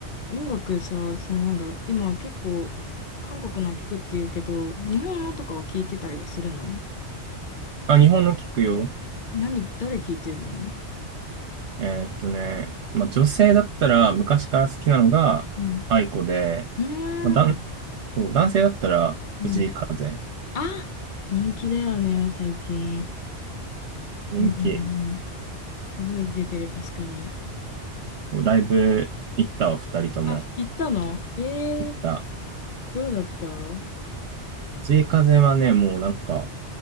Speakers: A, on the left (about 50°); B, on the right (about 75°).
A: 音楽さ、そのなんだろう、今結構、韓国の聞くって言うけど、日本のとかは聞いてたりはするの
B: あ、日本の聞くよ。
A: 何、誰聞いてるの
B: えーっとね、まあ、女性だったら昔から好きなのが愛子で、
A: うん。うーん。
B: まあ、男、そう、男性だったら藤井風、
A: うん。あ、人気だよね、最近。
B: 人気。
A: うんうんうん。すごい出てる、確かに。
B: そう、ライブ行ったわ、二人とも
A: あ、行ったのえー、
B: 行った。
A: どうだったあ
B: 藤井風はね、もうなんか、